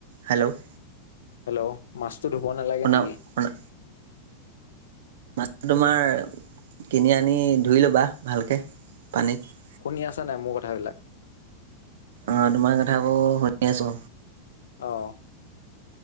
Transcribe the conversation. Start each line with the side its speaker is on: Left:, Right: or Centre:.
Right: হেল্ল'?
Left: হেল্ল' মাছটো ধুব নালাগে
Right: শুনা
Left: নেকি?
Right: শুনা মাছটো তোমাৰ কিনি আনি ধুই ল'বা ভালকে পানীত।
Left: শুনি আছা নে মোৰ কথাবিলাক?
Right: অ তোমাৰ কথাবোৰ শুনি আছো
Left: অঁ